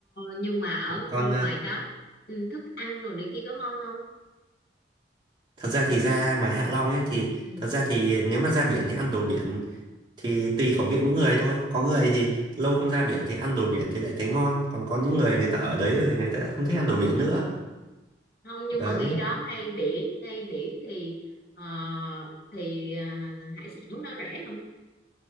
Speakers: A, on the left; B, on the right.
A: nhưng mà ở
B: còn
A: ngoài
B: ờ,
A: đó ừ, thức ăn rồi này kia có ngon không?
B: thật ra thì ra ngoài Hạ Long ấy thì
A: Ừ.
B: thật ra thì nếu mà ra biển thì ăn đồ biển thì tùy khẩu vị mỗi người thôi có người thì lâu không ra biển thì ăn đồ biển thì lại thấy ngon còn có những người người ta ở đấy rồi thì người ta không thích ăn đồ biển nữa
A: Không nhưng
B: đấy
A: mà ngay đó ngay biển ngay biển thì ờ, thì à, hải sản đó rẻ không?